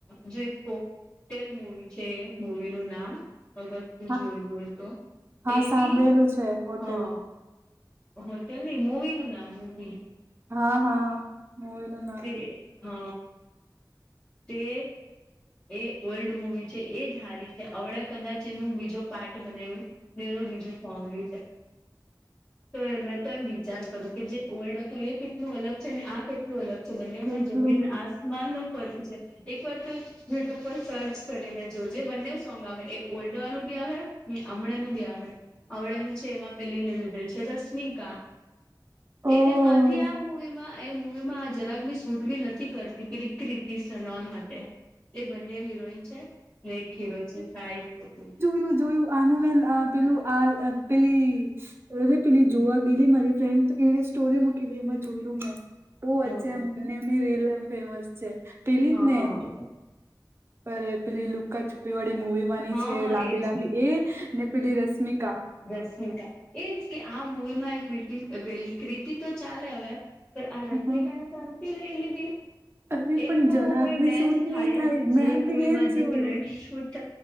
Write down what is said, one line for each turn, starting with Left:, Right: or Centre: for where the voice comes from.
Left: જો એક કોકટેલ મુવી છે મુવીનું નામ અગર
Right: હા
Left: જોયલુ હોય તો
Right: હા
Left: એ
Right: સાંભળેલું
Left: બી
Right: છે હોટેલ
Left: હા. હોટલ નહી મુવીનું નામ મુવી.
Right: હા હા મુવી નું નામ
Left: તે હ તે એ ઓલ્ડ મુવી છે એ જ હારી છે અવડે કદાચ એનું બીજો પાર્ટ બનાવ્યું એનું બીજું સોંગ બી છે. તો મેં તો એમ વિચાર કરું કે જે ઓલ્ડ હતું એ કેટલું અલગ છે ને આ કેટલું અલગ છે તો બંનેમાં
Right: કેટલું
Left: જમીન આસમાનનો ફરક છે એકવાર તો એ યુટ્યુબ પર સર્ચ કરીને જોજે બંને સોંગ આવે એ ઓલ્ડ વાલું બી આવે ને હમણાંનું બી આવે. અવડેનું છે એમાં પેલી નીલદેલ છે રશમિકા
Right: ઓ
Left: એને કાથી આ મુવીમાં એ મૂવીમાં આ જરાક બી શૂટ બી નથી કરતી પેલી ક્રીતિ સનોન માટે. એ બંને હીરોઈન છે ને એક હીરો છે શાહિદ કપૂર.
Right: નુ જોયું આનું મે પેલું આ પેલી અરે પેલી જોવા ગયેલી મારી ફ્રેન્ડ એની સ્ટોરીમાં મુકેલી એમાં જોયુ મે બઉ વચ્ચે
Left: હા
Right: આમ બનેની રીલ ફેમસ છે પેલી જ ને
Left: હા
Right: પર પેલી લુકા છુપી વાળી મૂવી માની
Left: હા
Right: છે
Left: હા
Right: લાંબી
Left: એજ
Right: લાંબી એ ને પેલી રશમિકા.
Left: રશમિકા એજ કે આ મુવી માં એક કીતિ પેલી કીર્તિ તો ચાલે હવે પણ આ રશમિકાને
Right: હમ
Left: શાંતિ લઈ લીધી?
Right: અરે
Left: એ
Right: પણ
Left: લોકોનું
Right: જરાક
Left: કઈ નઈ
Right: બી
Left: મેચ
Right: સૂટ
Left: થાય જ નહી જે
Right: મેં
Left: મુવીમાં
Right: બી એજ જોયું
Left: જે હિરોઈન શૂટ